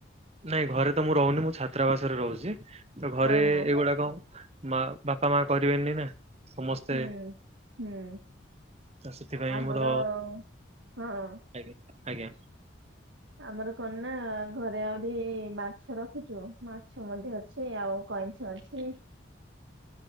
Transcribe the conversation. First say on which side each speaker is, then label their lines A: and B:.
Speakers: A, on the right; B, on the right.
A: ନାଇଁ ଘରେ ତ ମୁଁ ରହୁନି ମୁଁ ଛାତ୍ରାବାସରେ ରହୁଛି ତ ଘରେ
B: ଓହୋ
A: ଏଇଗୁଡାକ ମା ବାପା ମା କରିବେନି ନା। ସମସ୍ତେ
B: ହୁଁ ହୁଁ।
A: ତ ସେଥିପାଇଁ
B: ଆମର
A: ମୁଁ ତ
B: ହଁ।
A: ଆଜ୍ଞା ଆଜ୍ଞା
B: ଆମର କଣ ନା ଘରେ ଆହୁରି ମାଛ ରଖିଛୁ ମାଛ ମଧ୍ୟ ଅଛି। ଅଛି ଆଉ କଇଁଛ ଅଛି।